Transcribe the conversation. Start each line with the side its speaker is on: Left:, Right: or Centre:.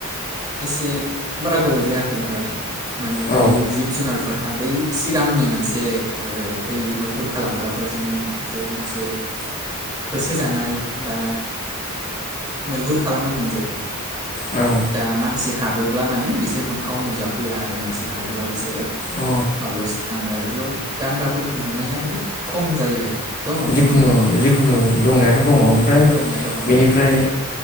Right: एसे बारा गोबाव जायाखै नालाय माने
Left: औ
Right: बै जिब जुनारफोरहा बै सिगांनि मोनसे ओ बै मैहुर खालामग्रा फोरजों जे मोनसे होसोजानाय बा मैहुर खालामोमोन जे
Left: औ
Right: दा मानसि हाबोब्ला माने बिसोर मोखाङाव नुजाफैया आरो मानसि हाबोब्ला बि सोरो
Left: अ
Right: माबायावसो थाङो आरो ज' गान्दाफोरखौ नुनाया बहुद खम जायो आरो दङ
Left: जिखुनु
Right: दंनाया
Left: जिखुनु
Right: औ
Left: दंनायाथ' दंङ ओमफ्राय
Right: दंनाया दङ औ
Left: बेनिफ्राय